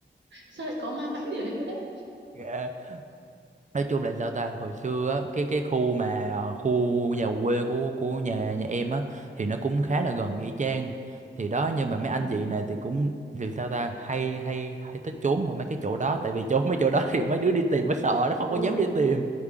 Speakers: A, on the right; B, on the right.
A: sao lại có ma mãnh gì ở đây nữa đấy
B: Dạ. Nói chung là sao ta hồi xưa á, cái cái khu mà ờ, khu nhà quê của của nhà nhà em á thì nó cũng khá là gần nghĩa trang thì đó nhưng mà mấy
A: ừ.
B: anh chị này thì cũng thì sao ta hay hay hay thích trốn ở mấy cái chỗ đó tại vì trốn mấy chỗ đó <laughs> thì mấy đứa đi tìm mới sợ nó không có
A: ừ
B: dám đi tìm